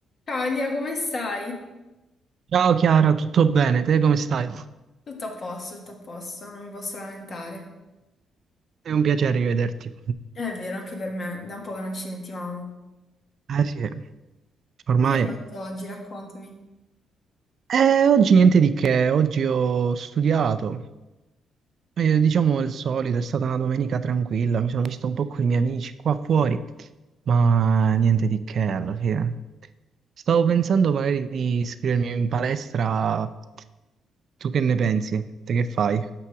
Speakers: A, on the left; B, on the right.
A: Ciao Elia, come stai?
B: Ciao Chiara, tutto bene? Te come stai?
A: Tutto a posto, tutto a posto, non mi posso lamentare.
B: È un piacere rivederti.
A: Eh, È vero, anche per me, da un po' che non ci sentivamo.
B: Eh sì, ormai.
A: Che hai fatto oggi? Raccontami.
B: Eh, oggi niente di che, oggi ho studiato. Eh, diciamo il solito, è stata una domenica tranquilla, mi sono visto un po' con i miei amici qua fuori, ma niente di che alla fine. Stavo pensando magari di iscrivermi in palestra. Tu che ne pensi? Te che fai?